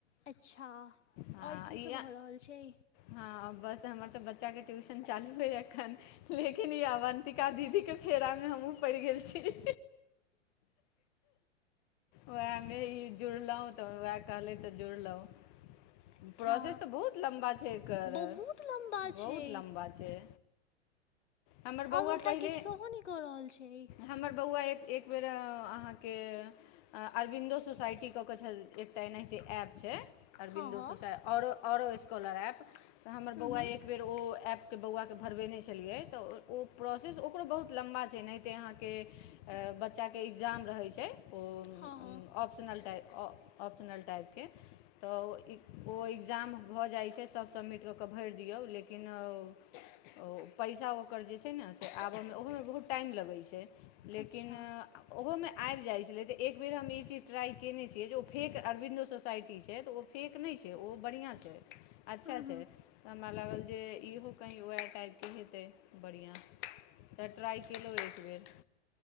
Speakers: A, on the left; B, on the left.
A: अच्छा
B: हँ
A: आओर की
B: ई
A: सब भऽ रहल छै?
B: हँ बस हमर तऽ बच्चा के ट्यूशन चालू भेल एखन। लेकिन इ अवन्तिका दीदी के फेरा मे हमहुँ पड़ि गेल छी। उएह मे ई जुड़लहुँ तऽ उएह कहलैथ तऽ जुड़लहुँ।
A: अच्छा
B: प्रोसेस तऽ बहुत लम्बा छै एकर,
A: बहुत लम्बा
B: बहुत
A: छै
B: लम्बा छै। हमर बौआ
A: आओर उल्टा
B: पहिले
A: किछ सेहो नहि कऽ रहल छै।
B: हमर बौआ एक एकबेर अहाँके अरविन्दो सोसाइटी कऽ के छल एकटा एनाहिते ऐप छै, अरविन्दो
A: हँ हँ
B: सोसाइ आओरो आओरो स्कॉलर ऐप्प तऽ हमर
A: हूँ
B: बौआ
A: हूँ
B: एकबेर ओ एप के बौआ के भरबेने छलियै तऽ ओ प्रोसेस ओकरो बहुत लम्बा छै एनाहिते अहाँके बच्चाके एग्जाम रहै छै ओ
A: हँ हँ
B: ऑप्शनल टाइ ऑप्शनल टाइपके, तऽ ओ एग्जाम भऽ जाइत छै सभ सबमिट कऽ कऽ भरि दियौ लेकिन ओ पैसा ओकर जे छै ने से आबय मे ओहो मे बहुत टाइम लगै छै लेकिन
A: अच्छा
B: ओहो मे आबि जाइ छलै तऽ एक एक बेर हम ई चीज ट्राइ कयने छियै जे ओ फेक अरविन्दो सोसाइटी छै तऽ ओ फेक नहि छै ओ बढ़िआँ छै। अच्छा
A: हूँ हूँ
B: छै हमरा लागल जे इहो कहीं वएह टाइप के हेतै बढ़िआँ, तऽ ट्राइ केलहुँ एक बेर